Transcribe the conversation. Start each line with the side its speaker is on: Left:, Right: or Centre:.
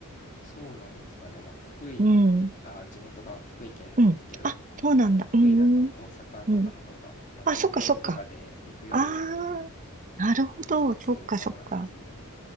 Left: そうなんですかね。まあ、福井、
Right: うん。
Left: あ、地元が福井県なんですけど、
Right: うん。あ、そうなんだ。
Left: まあ、福井だと大阪とかの方が、
Right: うん。うん。
Left: まあ、
Right: あ、
Left: 東京とかで行くよりは
Right: そっかそっか。ああ、なるほど。
Left: 行きやすいのかなっていうのも
Right: そっかそっか。